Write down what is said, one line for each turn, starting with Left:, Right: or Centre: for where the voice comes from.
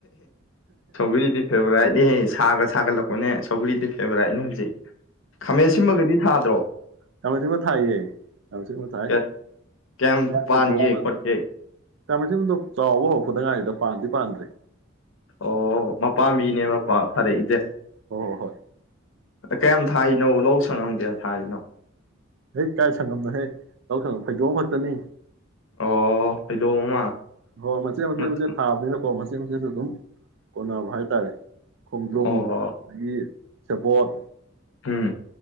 Left: ꯁꯧꯒꯔꯤꯗꯤ ꯐꯦꯚꯣꯔꯥꯏꯠꯅꯦ ꯁꯥꯒ ꯁꯥꯒꯠꯂꯛꯄꯅꯦ ꯁꯧꯒ꯭ꯔꯤꯗꯤ ꯐꯦꯚꯣꯔꯥꯏꯠꯅꯦ ꯍꯧꯖꯤꯛ ꯈꯥꯃꯦꯟ ꯁꯤꯃꯒꯗꯤ ꯊꯥꯗ꯭ꯔꯣ
Right: ꯀꯃ ꯊꯕ ꯊꯥꯏꯌꯦ ꯀꯕ ꯊꯥꯏ
Left: ꯀꯌꯥ- ꯀꯌꯥꯝ ꯄꯥꯟꯒꯦ
Right: ꯐꯗꯣꯛꯑ
Left: ꯈꯣꯠꯀꯦ
Right: ꯀꯃ ꯊꯗ ꯆꯥꯎꯕ ꯍꯧꯧꯕꯗꯉꯥꯏꯗꯨꯗ ꯄꯥꯟꯗꯤ ꯄꯥꯟꯗ꯭ꯔꯦ
Left: ꯑꯣ ꯃꯄꯥꯝꯕꯤꯅꯦ ꯐꯔꯛꯏꯁꯦ
Right: ꯍꯣꯏ ꯍꯣꯏ ꯍꯣꯏ
Left: ꯀꯌꯥꯝ ꯊꯥꯔꯤꯅꯣ ꯂꯧ ꯁꯪꯉꯝ ꯀꯌꯥ ꯊꯥꯔꯤꯅꯣ
Right: ꯍꯦꯛ ꯀꯥꯏ ꯁꯪꯉꯝꯅꯣ ꯍꯦꯛ ꯂꯧ ꯁꯪ ꯐꯩꯗꯣꯛꯑ ꯈꯛꯇꯅꯤ
Left: ꯑꯣ ꯐꯩꯗꯣꯝ ꯑꯃ
Right: ꯍꯣꯏ ꯃꯆꯦꯠ ꯃꯆꯦ
Left: ꯃꯠ-
Right: ꯃꯆꯦꯠ ꯊꯥꯕꯅꯤꯅꯀꯣ ꯁꯨ ꯑꯗꯨꯝ ꯀꯣꯟꯅꯕ ꯍꯥꯏꯇꯥꯔꯦ ꯈꯣꯡꯗꯣꯝ
Left: ꯑꯣ
Right: ꯑꯗꯒꯤ ꯆꯕꯣꯠ
Left: ꯎꯝ